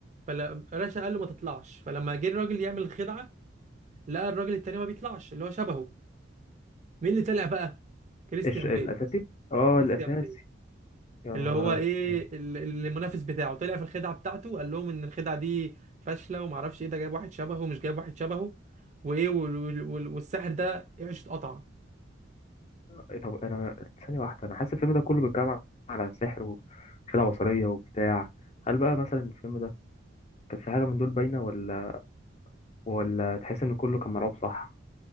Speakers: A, on the right; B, on the left.
A: فالرشا قال له ما تطلعش فلما جه الراجل يعمل الخدعه لقى الراجل التاني ما بيطلعش اللي هو شبهه مين اللي طلع بقى كريستيان
B: ايش الاساسي
A: بيل
B: اه
A: كريستيان
B: الاساسي
A: بيل
B: يا نهار
A: اللي هو ايه
B: أبيض.
A: ال- ال- المنافس بتاعه طلع في الخدعه بتاعته قال لهم ان الخدعه دي فاشله وما اعرفش ايه ده جايب واحد شبهه ومش جايب واحد شبهه وايه وال- وال- وال- والساحر ده عيشه قطع
B: إيه؟ طب انا ثانيه واحده انا حاسس الفيلم ده كله بيتكلم على سحر وخدعه بصريه وبتاع هل بقى مثلا الفيلم ده كان في حاجه من دول باينه ولا ولا تحس ان كله كان ملعوب صح